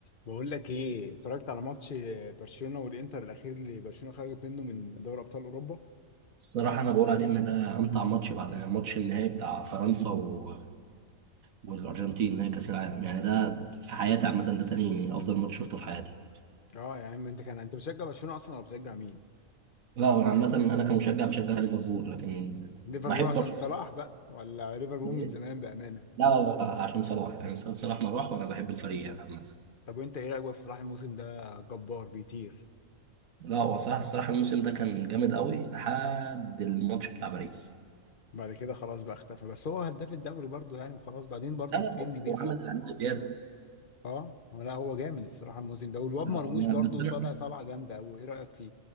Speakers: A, on the left (about 45°); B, on the right (about 90°).
A: بقول لك ايه اتفرجت على ماتش برشلونه والانتر الاخير اللي برشلونه خرجت منه من دوري ابطال اوروبا
B: الصراحة أنا بقول عليه إن ده أمتع ماتش بعد ماتش النهائي بتاع فرنسا و... والأرجنتين نهائي كأس العالم يعني ده في حياتي عامة ده تاني أفضل ماتش شفته في حياتي
A: اه يا عم انت كان انت بتشجع برشلونه اصلا ولا بتشجع مين
B: لا أنا عامة أنا كمشجع بشجع ليفربول لكن
A: ليفربول
B: بحب
A: عشان
B: برشلونة
A: صلاح بقى ولا ليفربول
B: ليه؟
A: من زمان بامانه
B: لا لا لا عشان صلاح يعني سيد صلاح ما راح وأنا بحب الفريق يعني عامة
A: طب وانت ايه رايك بقى في صلاح الموسم ده جبار بيطير
B: لا هو صلاح الصراحة الموسم ده كان جامد قوي لحد الماتش بتاع باريس
A: بعد كده خلاص بقى اختفى بس هو هداف الدوري برضه يعني وخلاص بعدين برضه
B: لا لا
A: السن بيفرق
B: هو عمل الألعاب زيادة
A: اه لا هو جامد الصراحه الموسم ده والواد
B: لا،
A: مرموش
B: أنا-
A: برضه
B: بس أنا
A: طالع طالعه جامده قوي ايه رايك